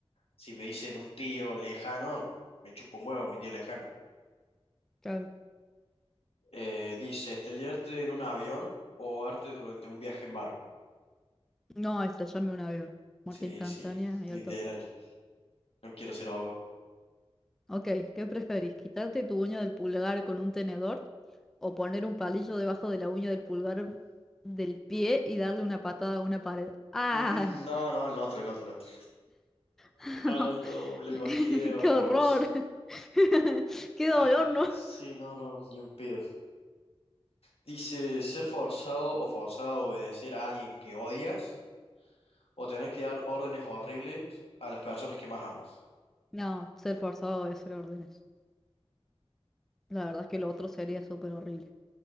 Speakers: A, on the left; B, in the centre.
A: Si me dicen un tío lejano, me chupo un huevo mi tío lejano.
B: Claro.
A: Eh, dice, estrellarte en un avión o ahogarte durante un viaje en barco.
B: No, estrellarme un avión. Muerte
A: Sí,
B: instantánea
A: sí,
B: y
A: literal.
B: al toque.
A: No quiero ser ahogado.
B: Ok, ¿qué preferís? ¿Quitarte tu uña del pulgar con un tenedor o poner un palillo debajo de la uña del pulgar del pie y darle una patada a una pared? ¡Ah!
A: Mm, No, no, el otro, el otro, el otro.
B: <laughs>
A: Ay, no, me lo imaginé horroroso.
B: ¡Qué horror! <laughs> ¡Qué dolor,
A: Ah,
B: ¿no?
A: Sí, no, no, ni un pedo. Dice, ser forzado o forzado a obedecer a alguien que odias o tener que dar órdenes horribles a las personas que más amas.
B: No, ser forzado a obedecer órdenes. La verdad es que lo otro sería súper horrible.